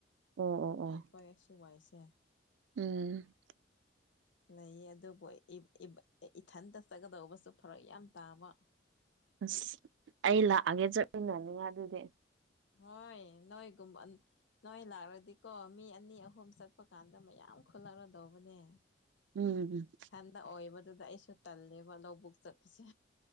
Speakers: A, on the right; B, on the left.
A: ꯑꯣ ꯑꯣ
B: ꯍꯣꯏ
A: ꯑꯣ
B: ꯑꯩꯈꯣꯏ ꯑꯁꯤꯋꯥꯏꯁꯦ
A: ꯎꯝ
B: ꯂꯩꯌꯦ ꯑꯗꯨꯕꯨ ꯏꯕ ꯏꯕ ꯏꯊꯟꯇ ꯆꯠꯒꯗꯧꯕꯁꯨ ꯐꯔꯛ ꯌꯥꯝ ꯇꯥꯕ
A: ꯑꯁ ꯑꯩ ꯂꯥꯛꯑꯒꯦ ꯆꯠꯃꯤꯟꯅꯅꯤꯡꯉꯥꯢ ꯑꯗꯨꯗꯤ
B: ꯍꯣꯏ ꯅꯣꯏꯒꯨꯝꯕ <unintelligible> ꯅꯣꯏ ꯂꯥꯛꯔꯗꯤꯀꯣ ꯃꯤ ꯑꯅꯤ ꯑꯍꯨꯝ ꯆꯠꯄ ꯀꯥꯟꯗ ꯃꯌꯥꯝ ꯈꯨꯜꯂꯛꯔꯗꯧꯕꯅꯦ
A: ꯎꯝ
B: ꯏꯊꯟꯗ ꯑꯣꯏꯕꯗꯨꯗ ꯑꯩꯁꯨ ꯇꯜꯂꯦꯕ ꯂꯧꯕꯨꯛ ꯆꯠꯄꯁꯦ